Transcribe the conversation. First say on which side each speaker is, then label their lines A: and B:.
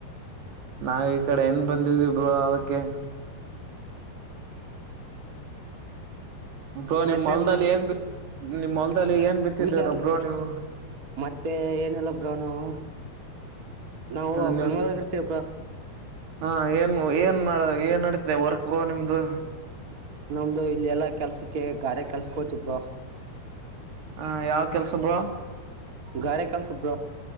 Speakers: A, on the right; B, on the right.
A: ನಾವ ಈ ಕಡೆ ಎನ್ ಬಂದಿದವಿಬ್ರು ಅದಕ್ಕೆ ಬ್ರೋ
B: ಹ
A: ನಿಮ್
B: ಮತ್ತೆಳರ್ಲ್ಲಿ
A: ಹೊಲ್ದಲ್ಲಿ ಏನ್ ಬಿ ನಿಮ್ ಹೊಲ್ದಲ್ಲಿ ಏನ್ ಬಿತ್ತಿದ್ದೀರ ಬ್ರೋ ನೀವು
B: ಮತ್ತೆ ಏನೆಲ್ಲ ಬ್ರೋ ನಾವು ನಾವು
A: ನಿಮ್ದು
B: ಬೆಂಗ್ಳೂರ್ ಇರ್ತೇವ ಬ್ರೋ
A: ಹಾ ಏನ್ ಏನ್ ಏನ್ ನಡತೆ ವರ್ಕ್ ಬೋ ನಿಮ್ದು
B: ನಮ್ದು ಇಲ್ಲ ಎಲ್ಲಾ ಕೆಲ್ಸಕ್ಕೆ ಗಾರೆ ಕೆಲ್ಸಕ್ ಹೋ್ತಬ್ರರು
A: ಹ ಯಾವ್ ಕೆಲ್ಸ ಬ್ರೋ
B: ಗಾರೆ ಕೆಲ್ಸ್ ಬ್ರೋ